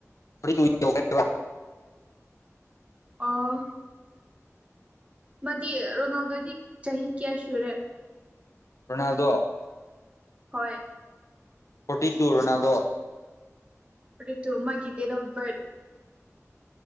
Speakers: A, on the left (about 70°); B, on the right (about 25°).
A: <inaudible>
B: ꯑꯣ ꯃꯗꯤ ꯔꯣꯅꯥꯜꯗꯣꯗꯤ ꯆꯍꯤ ꯀ꯭ꯌꯥ ꯁꯨꯔꯦ
A: ꯔꯣꯅꯥꯜꯗꯣ
B: ꯍꯣꯏ
A: forty two Ronaldo
B: forty two ꯃꯒꯤ ꯗꯦꯠ ꯑꯣꯐ ꯕꯤꯔꯠ